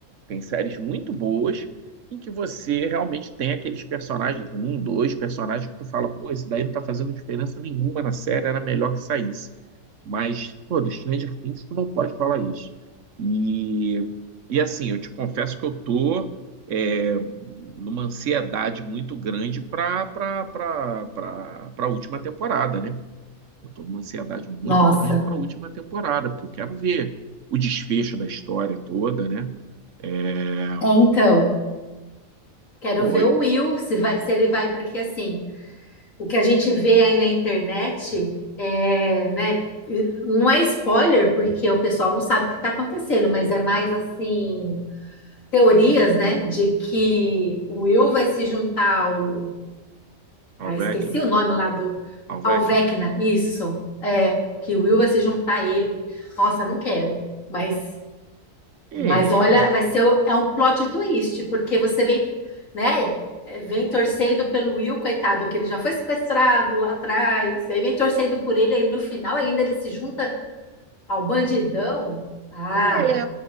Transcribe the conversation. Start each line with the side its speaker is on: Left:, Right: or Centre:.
Right: tem séries muito boas, em que você realmente tem aqueles personagens, um, dois personagens que tu fala, pô, esse daí não tá fazendo diferença nenhuma na série, era melhor que saísse. Mas, pô, do Stranger Things tu não pode falar isso. E, e assim, eu te confesso que eu tô é, numa ansiedade muito grande para para para para a última temporada, né? Eu estou numa ansiedade muito
Left: Nossa,
Right: grande para a última temporada, porque eu quero ver o desfecho da história toda, né? É,
Left: é então. Quero
Right: pô,
Left: ver o Will, se vai, se ele vai, porque assim. o que a gente vê aí na internet é, né, não é spoiler, porque o pessoal não sabe o que está acontecendo, mas é mais assim, teorias, né, de que o Will vai se juntar ao.
Right: Alvecna,
Left: Ah, esqueci o nome lá do.
Right: Alvecna.
Left: Ao Vecna, isso. É, que o Will vai se juntar a ele. Nossa, não quero, mas
Right: É,
Left: mas olha, vai ser o- é um plot twist, porque você vem, né, eh, vem torcendo pelo Will, coitado, que ele já foi sequestrado lá atrás, aí vem torcendo por ele, aí no final ainda ele se junta ao bandidão. Ah,
Right: é,